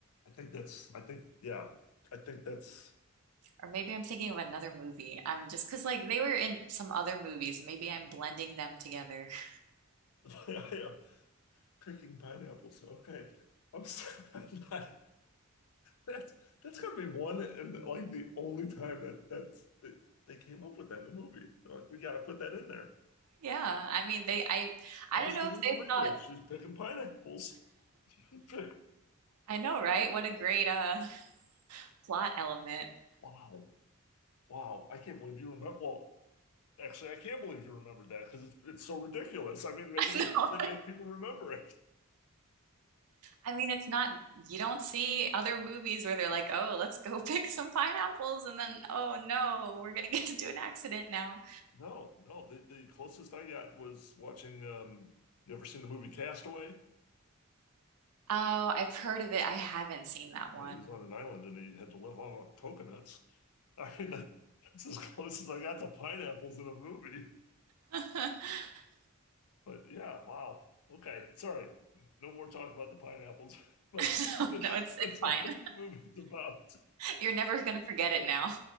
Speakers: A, on the left; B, on the right.
A: I think that's, I think, yeah, I think that's,
B: Or maybe I'm thinking of another movie. I'm just because like they were in some other movies. Maybe I'm blending them together. <laughs>
A: <laughs> yeah, picking pineapples. Okay. I'm sorry. <laughs> I'm not- that's, that's gotta be one and like the only time that that's, that they came up with that in a movie. They're like, we gotta put that in there.
B: Yeah, I mean they I I
A: How does
B: don't know
A: she lose
B: if they
A: her memory?
B: thought
A: She's picking pineapples. <laughs>
B: I know, right? What a great uh <laughs> plot element.
A: Wow. Wow. I can't believe you remember. Well, actually, I can't believe you remembered that because it's, it's so ridiculous. I mean, maybe
B: <laughs> I know.
A: they make people remember it.
B: I mean, it's not, you don't see other movies where they're like, oh, let's go <laughs> pick some pineapples. And then, oh no, we're going to get <laughs> into an accident now.
A: No, no. The the closest I got was watching. Um, you ever seen the movie Castaway? Uh,
B: Oh, I've heard of it. I haven't seen that
A: He
B: one.
A: was on an island and he had to live off of coconuts. <laughs> I mean, that- that's as close as I got to pineapples in a movie.
B: <laughs>
A: But yeah, wow. Okay, sorry. No more talk about the pineapples. <laughs> But
B: So,
A: but
B: no, it's
A: <laughs>
B: it's
A: that's
B: fine.
A: not what the movie's about.
B: You're never going to forget it now.